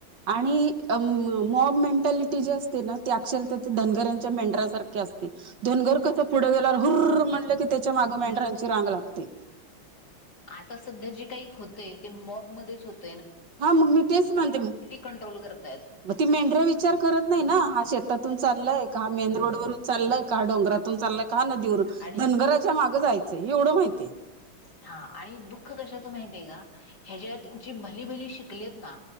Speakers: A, on the right (about 65°); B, on the left (about 50°).
A: आणि.... अम मॉब मेंटॅलिटी जी असते.. तेना ती अक्षर धनगरांच्या मेंढराारख असते धनगर कसं पुढे गेल्यावर हुररर... म्हणलं की त्याच्या माग मेंढरांची रांग लागते.
B: आता सध्या जे काही होतय ते मॉबमध्येच होत
A: हा मग मी तेच म्हनते मग
B: कंट्रोल करतायत.
A: ती मेंढ्र विचार करत नाही ना. शेतातून चालय, का मेन रोड वून चालय, का डोंगरातून चालय, का नदीवरून
B: आणि
A: धनगराच्या मागं जायचं एवढं माहितीय.
B: हा आणि दुःख कशाच माहितीहाय का ह्याजात... जे भली भली शिकले ना